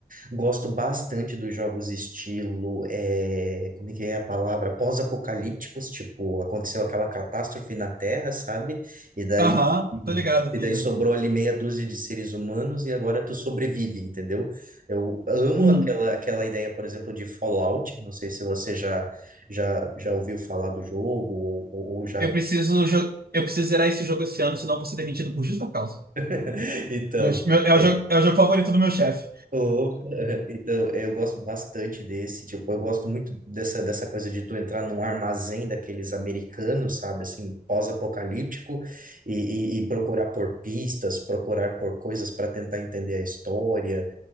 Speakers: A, on the right; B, on the right.
A: Gosto bastante dos jogos estilo, é, como é que é a palavra? Pós-apocalípticos, tipo, aconteceu aquela catástrofe na Terra, sabe? E daí,
B: Aham, tô ligado,
A: e
B: tô
A: daí
B: ligado.
A: sobrou ali meia dúzia de seres humanos e agora tu sobrevive, entendeu? Eu amo
B: Uhum.
A: aquela, aquela ideia, por exemplo, de Fallout. Não sei se você já, já, já ouviu falar do jogo ou, ou, ou já.
B: Eu preciso, jo- eu preciso zerar esse jogo esse ano, senão eu vou ser demitido por justa causa.
A: <laughs> Então.
B: Meu- meu- é
A: é,
B: o jogo, é o jogo favorito do meu chefe.
A: Opa, <laughs> Então, é, eu gosto bastante desse, tipo, eu gosto muito dessa, dessa coisa de tu entrar num armazém daqueles americanos, sabe, assim, pós-apocalíptico, e, e- e procurar por pistas, procurar por coisas para tentar entender a história,